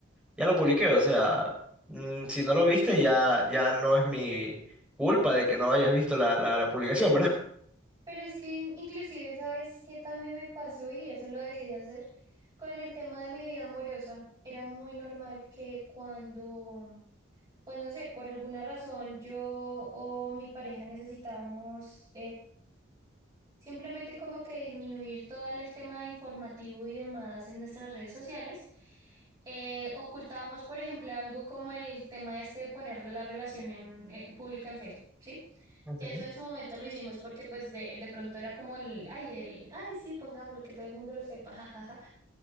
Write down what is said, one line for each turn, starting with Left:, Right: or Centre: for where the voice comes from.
Centre: ya lo publiqué, o sea, mm, si no lo viste, ya, ya no es mi culpa de que no hayas visto la, la, la publicación, ¿verdad?
Right: Pero es que in- inclusive, ¿sabes qué también me pasó? Y eso lo dejé de hacer con el tema de mi vida amorosa. Era muy normal que cuando, pues no sé, por alguna razón yo o mi pareja necesitábamos Simplemente como que disminuir todo el el tema de informativo y demás en nuestras redes sociales. Eh, ocultábamos, por ejemplo, algo como el tema este de poner la relación en, eh, pública en Facebook, ¿sí?
Centre: Ujú.
Right: Que eso en su momento lo hicimos porque pues de, de pronto era como el, ay, el, ay, sí, pongámoslo, que todo el mundo lo sepa, <laughs> jajaja.